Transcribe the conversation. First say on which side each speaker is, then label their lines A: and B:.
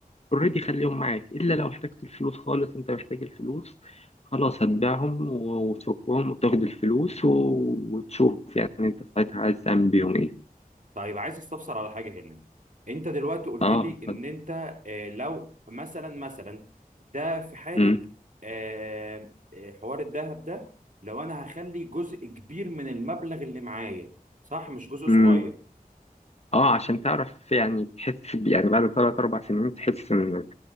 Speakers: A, on the left; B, on the right.
A: اوريدي خليهم معاك الا لو احتجت الفلوس خالص انت محتاج الفلوس خلاص هتبيعهم و- وتفكهم وتاخد الفلوس و... وتشوف يعني انت ساعتها عايز تعمل بيهم ايه
B: طيب عايز استفسر على حاجه هنا انت دلوقتي قلت
A: اه
B: لي
A: اتفضل
B: ان انت آه، لو مثلا مثلا ده في حاله
A: امم
B: آه، آه، حوار الذهب ده لو انا هخلي جزء كبير من المبلغ اللي معايا صح مش جزء صغير
A: امم اه عشان تعرف يعني تحس ب- يعني بعد ثلاث اربع سنين تحس ان